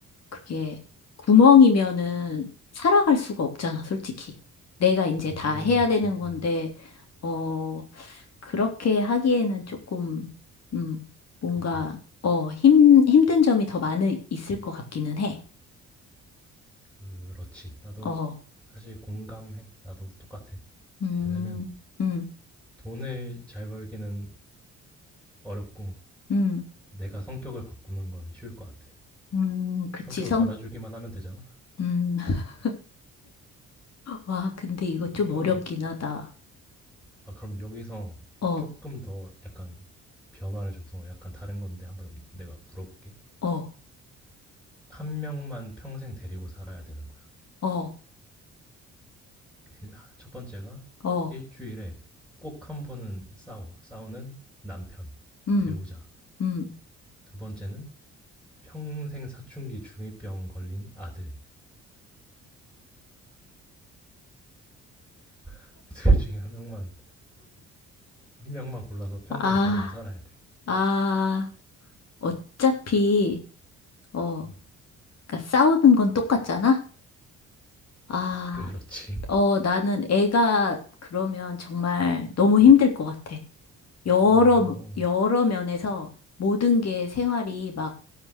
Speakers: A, on the left; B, in the centre.
A: 그게 구멍이면은 살아갈 수가 없잖아, 솔직히. 내가 이제
B: 어
A: 다
B: 그렇지
A: 해야 되는 건데,
B: 어
A: 어, 그렇게 하기에는 조금, 음, 뭔가,
B: 그지
A: 어, 힘, 힘든 점이 더 많이 있을 것 같기는 해.
B: 그렇지 나도
A: 어,
B: 사실 공감해 나도 똑같아
A: 음,
B: 왜냐면
A: 음,
B: 돈을 잘 벌기는 어렵고
A: 음,
B: 내가 성격을 바꾸는 건 쉬울 것 같아
A: 음, 그치,
B: 성격을
A: 성?
B: 받아주기만 하면 되잖아
A: 음, <laughs> 와, 근데 이거 좀
B: 성격은
A: 어렵긴 하다.
B: 아 그럼 여기서
A: 어,
B: 조금 더 약간 변화를 줘서 약간 다른 건데 한번 내가 물어볼게.
A: 어,
B: 한 명만 평생 데리고 살아야 되는 거야.
A: 어.
B: 그 첫 번째가
A: 어,
B: 일주일에 꼭 한 번은 싸워. 싸우는 남편,
A: 음,
B: 배우자.
A: 음.
B: 두 번째는 평생 사춘기 중이병 걸린 아들. <laughs> 둘 중에 한 명만 한 명만 골라서 평생
A: 아,
B: 데리고 살아야 돼.
A: 아, 어차피, 어,
B: 응.
A: 그러니까 싸우는 건 똑같잖아? 아,
B: 그렇지.
A: 어, 나는 애가 그러면 정말 너무
B: 응.
A: 힘들 것 같아. 여러,
B: 어.
A: 여러 면에서 모든 게 생활이 막,